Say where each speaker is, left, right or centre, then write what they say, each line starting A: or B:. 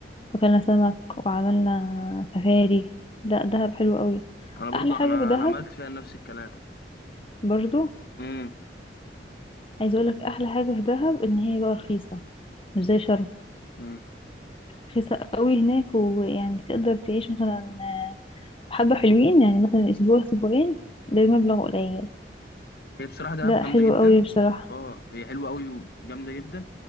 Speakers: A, on the left; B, on the left.
A: وكلنا سمك وعملنا سفاري لا دهب حلو قوي
B: انا برضو
A: احلى حاجة
B: انا
A: في دهب
B: انا عملت فيها نفس الكلام
A: برضو
B: مم.
A: عايز اقولك احلى حاجة في دهب ان هي بقى رخيصة مش زي شرم
B: مم.
A: رخيصة قوي هناك ويعني تقدر تعيش مثلا آه، حبة حلوين يعني مثلا اسبوع اسبوعين بمبلغ قليل
B: هي بصراحه دهب
A: لا
B: جامده
A: حلو
B: جدا
A: قوي بصراحة
B: اه هي حلوه قوي وجامده جدا